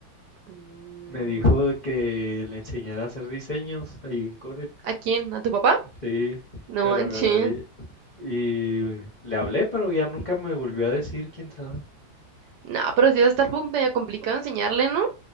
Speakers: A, on the right; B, on the left.
A: Mm,
B: Me dijo de que le enseñara a hacer diseños ahí en Corel,
A: ¿A quién? ¿A tu papá?
B: sí,
A: No
B: pero,
A: manches.
B: y, y le hablé, pero ya nunca me volvió a decir, quién sabe,
A: No, pero sí va a estar pu- medio complicado enseñarle, ¿no?